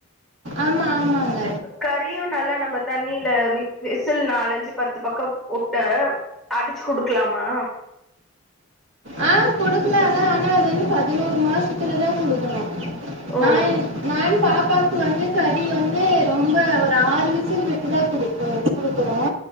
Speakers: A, on the right; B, in the centre.
A: ஆமா ஆமாங்க
B: கறியு நல்லா நம்ம தண்ணில மிக் விசில் நாலஞ்சு பத்து பக்கோ உட்டு அடிச்சு குடுக்கலாமா
A: ஆ குடுக்கலாங்க ஆனா அது வந்து பதினோரு மாசத்துலதா குடுக்கணு
B: ஓ
A: நா எ நான் பாப்பாக் கு வந்து கறி வந்து ரொம்ப ஒரு ஆறு விசில் விட்டு தா குடுப்போ குடுக்குறோ